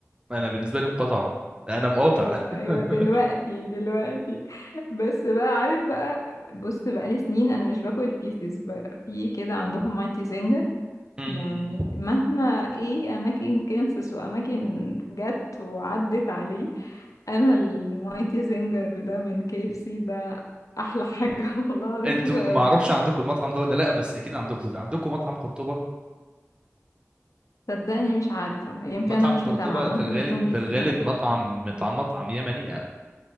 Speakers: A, on the right (about 20°); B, on the left (about 85°).
A: انا بالنسبه لي مقاطع انا مقاطع
B: ايوه
A: <laughs>
B: ايوه دلوقتي دلوقتي <laughs> بس بقى عارف بقى بص بقى لي سنين انا مش باكل بيسز بقى في كده عندهم مايتي زنجر
A: مم.
B: يعني مهما ايه اماكن كانسس واماكن جت وعدت عليه انا المايتي زنجر ده من كي اف سي ده احلى حاجه <laughs> والله العظيم
A: انتوا
B: حلو
A: ما
B: قوي
A: اعرفش عندكم المطعم ده ولا لا بس اكيد عندكم عندكم مطعم قرطبة
B: صدقني مش عارفه يمكن
A: مطعم
B: انا مش
A: قرطبة
B: متابعه ممكن
A: في الغالب
B: يكون ليه
A: في
B: فروع
A: الغالب مطعم مطعم مطعم يمني